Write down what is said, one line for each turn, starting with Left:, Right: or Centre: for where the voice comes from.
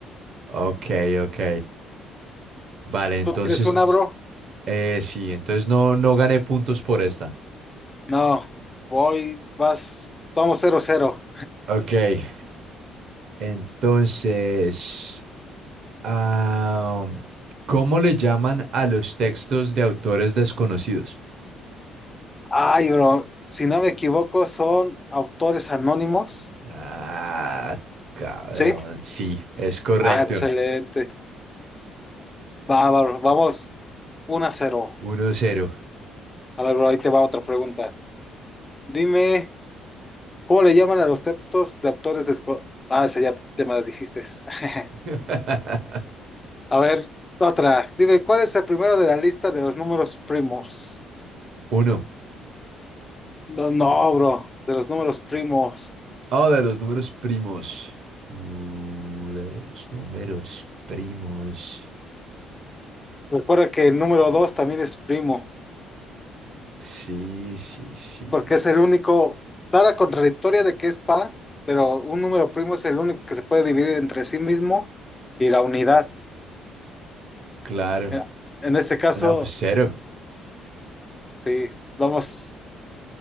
Right: Ok, ok. Vale, entonces,
Left: ¿Tú tienes una, bro?
Right: eh, sí, entonces no, no gané puntos por esta.
Left: No, voy, vas, vamos cero cero
Right: Ok, entonces, ah, ¿cómo le llaman a los textos de autores desconocidos?
Left: Ay, bro, si no me equivoco, son autores anónimos.
Right: Ah, cabrón,
Left: ¿Sí?
Right: sí, es correcto.
Left: Ah, excelente. Bárbaro, vamos uno a cero
Right: Uno cero.
Left: A ver, bro, ahí te va otra pregunta. Dime, ¿cómo le llaman a los textos de autores escolares? Ah, esa ya, ya me la dijiste. <laughs>
Right: <laughs>
Left: A ver, otra. Dime, ¿cuál es el primero de la lista de los números primos?
Right: Uno.
Left: No, no, bro, de los números primos.
Right: Ah, de los números primos. Uh, de los números primos.
Left: Recuerda que el número 2 también es primo,
Right: Sí, sí, sí.
Left: porque es el único, da la contradictoria de que es par, pero un número primo es el único que se puede dividir entre sí mismo y la unidad.
Right: Claro.
Left: Eh, En este caso.
Right: No, pues cero.
Left: Sí, vamos